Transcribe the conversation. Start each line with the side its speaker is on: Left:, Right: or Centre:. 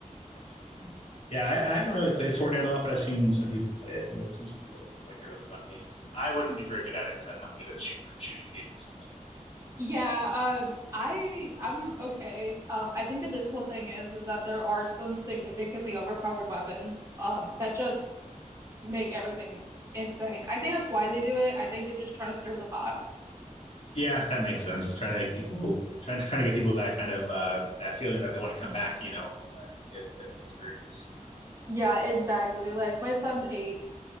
Left: funny. Yeah, I, I haven't really played Fortnite a lot, but I've seen some people play it, and it seems to be really like a really fun game. I wouldn't be very good at it because I'm not good at shooter shooting games, but
Right: Yeah, um, I I'm okay. Um, I think the difficult thing is is that there are some significantly overpowered weapons um that just make everything insane. I think that's why they do it. I think they're just trying to stir the pot.
Left: Yeah, that makes sense. Trying to make people trying to trying to get people that kind of uh, that feeling that they want to come back. You know, uh, get a different experience
Right: Yeah, exactly. Like my son's eight,